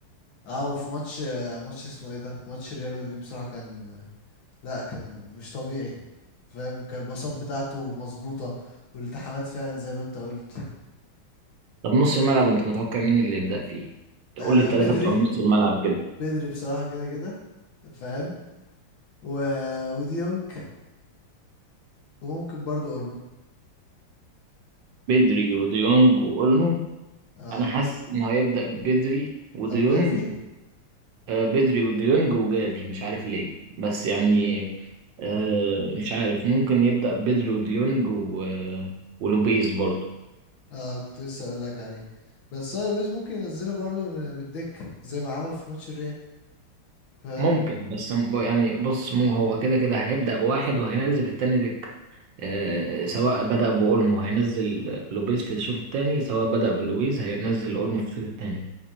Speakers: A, on the left; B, on the right.
A: اه وفي ماتش ماتش اسمه ايه ده ماتش ريال مدريد بصراحه كان لا كان مش طبيعي فاهم كان الباصات بتاعته مظبوطه والالتحامات فعلا زي ما انت قلت
B: طب نص الملعب انت متوقع مين اللي يبدأ فيه؟ تقول
A: آه
B: لي الثلاثة
A: بدري
B: بتوع نص الملعب كده
A: بدري بصراحه كده كده فاهم و... وديونج وممكن برضو اولمو
B: بدري وديونج وأولمو
A: اه
B: أنا حاسس إن هيبدأ بدري وديونج
A: او جافي
B: آه بدري وديونج وجافي مش عارف ليه بس يعني آه مش عارف ممكن يبدأ بدري وديونج و... آه، ولوبيز برضه
A: اه كنت لسه اقول لك عليه بس هو البيز ممكن ينزله برضه من من الدكة زي ما عمل في ماتش الريال فاهم
B: ممكن بس م- يعني بص مو هو كده كده هيبدأ بواحد وهينزل التاني دكة آه، سواء بدأ بأولمو هينزل لوبيز في الشوط الثاني سواء بدأ بلوبيز هينزل أولمو في الشوط الثاني